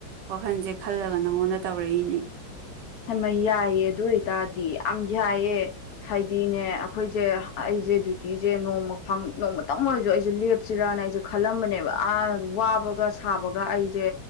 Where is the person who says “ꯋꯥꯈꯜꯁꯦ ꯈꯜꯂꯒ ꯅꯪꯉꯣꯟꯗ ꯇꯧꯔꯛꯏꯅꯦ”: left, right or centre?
Right